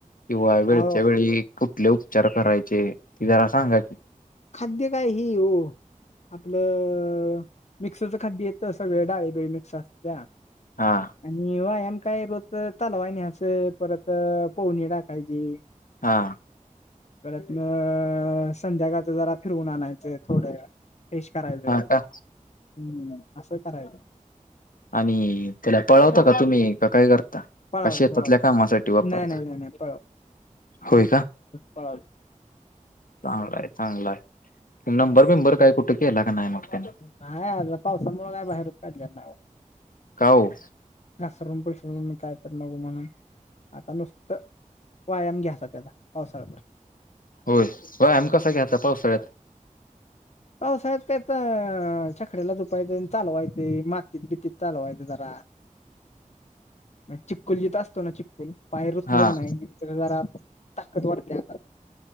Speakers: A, on the left; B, on the left.
A: किंवा वेळच्या
B: अहो
A: वेळी, कुठले उपचार करायचे ते जरा सांगा की.
B: खांद्य काय हि ओ. आपलं अ मिक्सच खाद्य येतं. सगळं डाळीबिळी मिक्स असत्या.
A: हां.
B: आणि व्यायाम काय रोज चालवाय न्यायचं परत पवनी टाकायची.
A: हा.
B: परतन अ संध्याकाळच जरा फिरवून आणायचं. थोड्या पेश करायचे
A: हा
B: हम्म
A: का
B: असं करायच.
A: आणि त्याला पळवता का तुम्ही का काय करता?
B: पळावलं
A: का शेतातल्या
B: पळावलं
A: कामासाठी वापरता
B: नाही नाही नाही नाही
A: होय का.
B: पळालो
A: चांगला आहे चांगला आहे नंबर बिंबर काय कुठं केला का नाही मग त्यांनी?
B: नाही आता पावसामूळं काय बाहेरच काढल्या नाय हो.
A: का ओ
B: घासरून पडशील म्हणून काय तर नगो म्हणून. आता नुसतं व्यायाम घ्याचा त्याचा पावसाळा भर.
A: होय व्यायाम कसा घ्याचा पावसाळ्यात?
B: पावसाळ्यात काय ते छकड्याला जुपायचं आन चालवाय ते मातीत बीतीत चालवायच जरा. चिक्कुल जिथं असतो ना चिक्कुल पाय रुतले
A: हा
B: काय नाही जरा ताकद वाढते हातात.